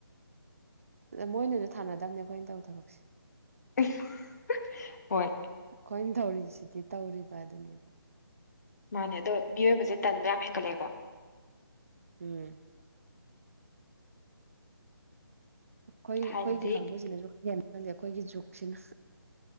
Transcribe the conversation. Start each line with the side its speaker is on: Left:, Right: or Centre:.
Right: ꯃꯣꯏꯅꯁꯨ ꯊꯥꯅꯗꯕꯅꯦ ꯑꯩꯈꯣꯏꯅ ꯇꯧ ꯊꯕꯛꯁꯦ
Left: <unintelligible> ꯍꯣꯏ
Right: ꯑꯣꯏꯅ ꯇꯧꯔꯤꯁꯤꯗꯤ ꯇꯧꯔꯤꯕ ꯑꯗꯨꯅꯦꯕ
Left: ꯃꯥꯅꯦ ꯑꯗꯣ ꯃꯤꯑꯣꯏꯕꯁꯦ ꯇꯟꯕ ꯌꯥꯝ ꯍꯦꯟꯒꯠꯂꯑꯦꯀꯣ
Right: ꯎꯝ ꯑꯩꯈꯣꯏ ꯑꯩꯈꯣꯏꯒꯤ
Left: ꯊꯥꯏꯅꯗꯤ
Right: ꯀꯥꯡꯕꯨꯁꯤꯅꯁꯨ ꯍꯦꯟꯅ ꯈꯜꯂꯤꯦ ꯑꯩꯈꯣꯏꯒꯤ ꯖꯨꯛꯁꯤꯅ